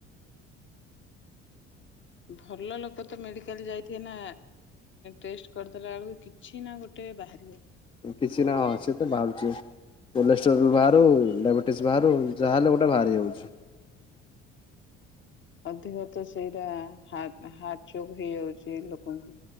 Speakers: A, on the left; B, on the left.
A: ଭଲ ଲୋକ ତ ମେଡିକାଲ ଯାଇଥିନା ଟେଷ୍ଟ କର୍ ଦେଲାବେଳକୁ କିଛି ନା ଗୋଟେ ବାହାରିବ।
B: କିଛି ନା ଅଛି ତ ଭାବୁଚି। କଲେଷ୍ଟ୍ରୋଲ ବାହାରୁ ଡାଇବେଟିସ ବାହାରୁ ଯାହାହେଲେ ଗୋଟେ ବାହାରି ଯାଉଛି।
A: ହଁ ଅଁ। ତ ସେଇଟା ହାର୍ଟ ଚୋକ୍ ହେଇଯାଉଛି ଲୋକଙ୍କୁ।